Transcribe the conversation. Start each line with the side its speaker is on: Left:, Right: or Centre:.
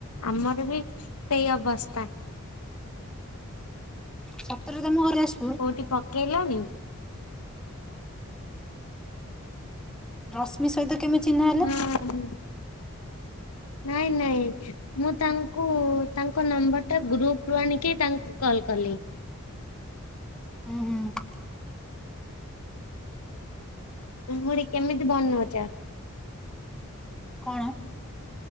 Left: ଆମର ବି ସେଇ ଅବସ୍ଥା।
Centre: ସତରେ ତମ ଘର ଯାଜ
Left: କୋଉଠି ପକେଇଲଣି?
Centre: ରଶ୍ମି ସହିତ କେମି ଚିହ୍ନା ହେଲେ?
Left: ହୁଁ ହୁଁ। ନାଇଁ ନାଇଁ। ମୁଁ ତାଙ୍କୁ ତାଙ୍କ ନମ୍ବର ଟା ଗ୍ରୁପ ରୁ ଆଣିକି ତାଙ୍କୁ କଲ କଲି।
Centre: ହୁଁ ହୁଁ।
Left: ଲମୁଡି କେମିତି ବନଉଚ?
Centre: କଣ?